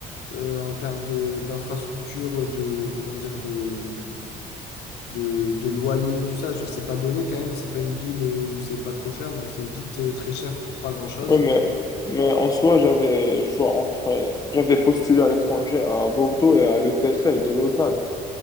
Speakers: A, on the left; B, on the left.
A: euh, en termes de d'infrastructure, de, comment dire, de, de, de loyer, tout ça. Genre, c'est pas donné quand même. C'est pas une ville euh, où c'est pas trop cher, donc c'est vite euh, très cher pour pas grand-chose.
B: Oui, mais, mais en soi, j'avais le choix entre. euh, J'avais postulé à l'étranger à Bordeaux et à l'EPFL de Lausanne.